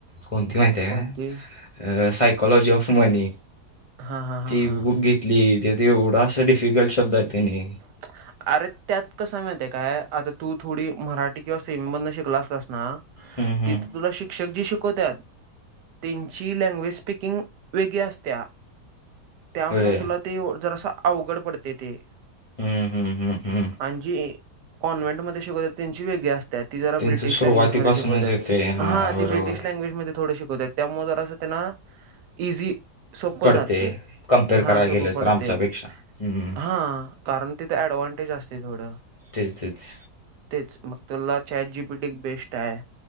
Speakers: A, on the left; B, on the right.
A: कोणती माहिती का?
B: कोणती
A: अं सायकॉलॉजी ऑफ मनी
B: हा हा हा
A: ती
B: हा
A: बुक घेत ली त्यात एवढा अस डिफिकल्ट शब्द आहे त्यांनी
B: <inaudible> अरे त्यात कस माहतीय काय, आता तू थोडी मराठी किंवा सेमीमधन शिकला असतास ना.
A: हूं हूं!
B: तिथे तुला शिक्षक जी शिकवत्यात. त्यांची लँग्वेज स्पिकिंग वेगळी असत्या. त्यामुळे
A: होय.
B: तुला ते जरास अवघड पडते ते.
A: हूं हूं हूं हूं!
B: आण जी कॉन्व्हेंट मध्ये शिकवत्यात त्यांची वेगळी असत्यां ती जरा
A: त्यांचं
B: ब्रिटिश
A: सुरुवातीपासूनच
B: लँग्वेजमध्ये शिकवत्यांत
A: येते हां
B: हा
A: बरोबर
B: ती ब्रटिश लँग्वेजमध्ये थोड शिकवत्यांत. त्या मूळ जरासं त्यांना इजी. सोपं
A: पडते
B: जातंय
A: कम्पेअर
B: हा
A: करायला
B: सोप
A: गेलं
B: पडतेय
A: तर आमच्यापेक्षा हम्म,
B: हा! कारण तिथं ऍडव्हांटेज असतेय थोडं.
A: तेच, तेच.
B: तेच मग त्याला चाट जीपी टी क बेस्ट आहे